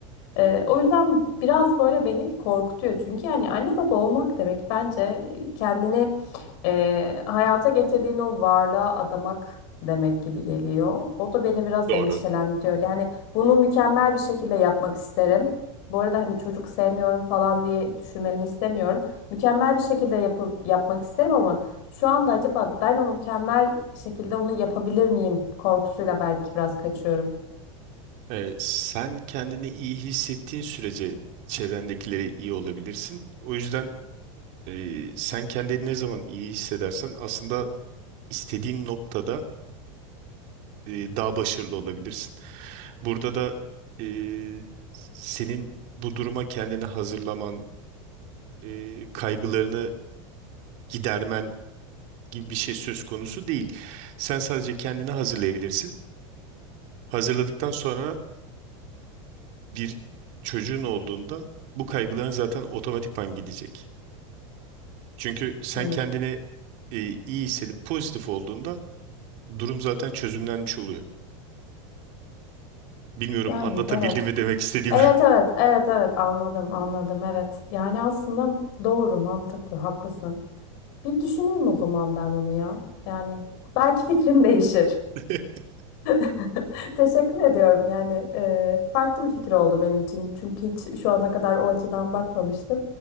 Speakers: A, on the left; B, on the right.
A: E, o yüzden biraz böyle beni korkutuyor çünkü yani anne baba olmak demek bence e, kendini ee, hayata getirdiğin o varlığa adamak demek gibi geliyor. O da beni biraz
B: Doğru.
A: endişelendiriyor. Yani bunu mükemmel bir şekilde yapmak isterim. Bu arada hani çocuk sevmiyorum falan diye düşünmeni istemiyorum. Mükemmel bir şekilde yapıp yapmak isterim ama şu anda acaba ben o mükemmel şekilde onu yapabilir miyim korkusuyla belki biraz kaçıyorum.
B: E, sen kendini iyi hissettiğin sürece çevrendekilere iyi olabilirsin. O yüzden e, sen kendini ne zaman iyi hissedersen aslında istediğin noktada e, daha başarılı olabilirsin. Burada da e, senin bu duruma kendini hazırlaman, e, kaygılarını gidermen gibi bir şey söz konusu değil. Sen sadece kendini hazırlayabilirsin. Hazırladıktan sonra bir çocuğun olduğunda bu kaygıların zaten otomatikman gidecek. Çünkü sen
A: Hmm.
B: kendini e, iyi hissedip pozitif olduğunda durum zaten çözümlenmiş oluyor. Bilmiyorum
A: Yani
B: anlatabildim
A: evet.
B: mi demek istediğimi.
A: Evet evet evet evet anladım anladım evet. Yani aslında doğru mantıklı haklısın. Bir düşüneyim o zaman ben bunu ya. Yani belki fikrim değişir.
B: <laughs>
A: <laughs> Teşekkür ediyorum yani e, farklı bir fikir oldu benim için. Çünkü hiç şu ana kadar o açıdan bakmamıştım.